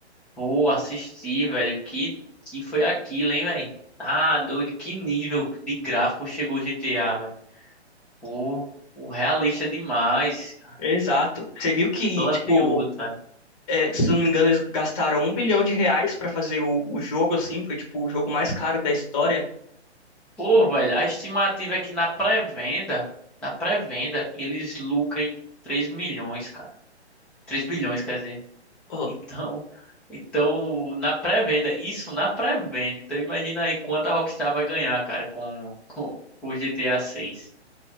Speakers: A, in the centre; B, on the left.
A: Pô, assisti, velho. Que, que foi aquilo, hein, velho? Tá doido. Que nível de gráfico chegou o GTA, velho. Pô, o realista demais, cara.
B: Exato. Você viu que,
A: Tô
B: tipo,
A: ansioso, cara.
B: é, se eu não me engano, eles gastaram um bilhão de reais pra fazer o, o jogo, assim. Foi, tipo, o jogo mais caro da história.
A: Pô, velho, a estimativa é que na pré-venda, na pré-venda, eles lucrem 3 milhões, cara. 3 bilhões, quer dizer.
B: Pô,
A: Então, então na pré-venda, isso na pré-venda. Então imagina aí quanto a Rockstar vai ganhar, cara, com, <laughs> com, com o GTA 6.